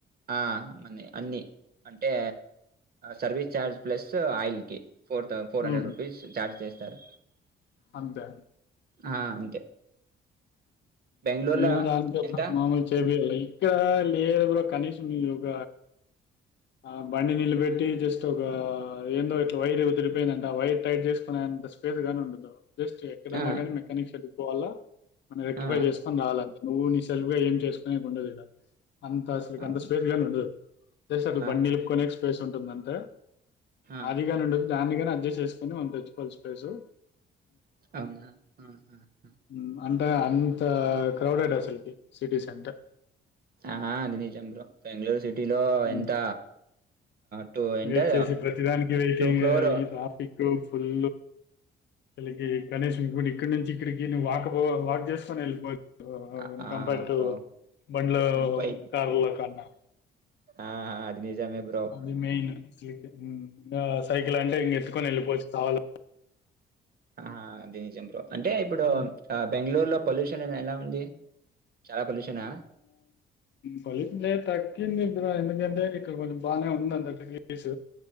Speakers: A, on the right; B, on the left.
A: ఆ మని అన్ని అంటే సర్వీస్ చార్జ్ ప్లస్ ఆయిల్కి ఫోర్త్ ఫోర్
B: హ్మ్.
A: హండ్రెడ్ రూపీస్ చార్జ్ చే సార్
B: అంతే
A: ఆ అంతే బెంగుళూరులో
B: నేను దానినికిప్పుడు
A: ఎంత?
B: మామూలు చేపియాల ఇక్కడ లేరు కనీసం మ్ ఒక ఆ బండి నిల పెట్టి జస్ట్ ఒక ఏందో ఇట్లా వైర్ వదిరిపోయిందంట ఆ వైర్ టైట్ చేసుకునేంత స్పేస్ గా ఉండదు జస్ట్ ఎక్కడన్నా
A: ఆ!
B: కానీ మెకానిక్స్ పోాల మనం రెక్టిఫై
A: ఆ!
B: చేసుకని రావాలంటె నువ్వు నీ సెల్్ గా ఏం చేసుకునే కి ఉండదు ఈడ అంత ఆసలు
A: అవును.
B: అంత స్పేస్ గాని ఉండదు అ బండి
A: ఆహాహా!
B: నిలుపుకనే స్పేస్ ఉంటంది కందటె
A: ఆ!
B: ఆదిగానుండు దాన్నిగానే అడ్జస్ట్ చేసుకొని మనం తెచ్చుకోచ్చసిపేసు
A: అవునా ఆ హా హా
B: హ్మ్. అంటే అంత క్రౌడెడ్ అసలుకి సిటీ సెంటర్
A: ఆహా అనిజ్ర బెంగళూరు సి ఇటిలో
B: హ్మ్.
A: ఎంత టూ అంటే
B: వెయిట్ చేసి ప్రతిదానికి వెయిటింగ్
A: టూ క్రోర్
B: ఈ ట్రాఫిక్ ఫుల్ అకి గణేష్ ఇంకో ఇక్కడి నుంచి ఇక్కడికి వాక్పో వాక్ చేస్తాను వెళ్ళిపో
A: ఆహ్, ఆ!
B: కంపేర్ టు
A: బ్రో
B: బండ్ల
A: బైక్
B: కారులో కన్నా
A: ఆ అది నిజమే బ్రో.
B: అది మెయిన్ ఉమ్ ఇం సైకిల్ అంటే ఇంక ఎతుకొని వెళ్ళిపోవచ్చు సవాల
A: ఆహా దినీజ్బ్ర అంటే ఇప్పుడు
B: అది
A: బెంగళూరు లో పొల్యూషన్ అ ఎలా ఉంది చాలా పొల్యూషనా?
B: ఫలిత్ల త అకింది ఇ ఎందుకంటే ఇక్కడ కొంచెం బాగానే ఉంటంది అంత్స్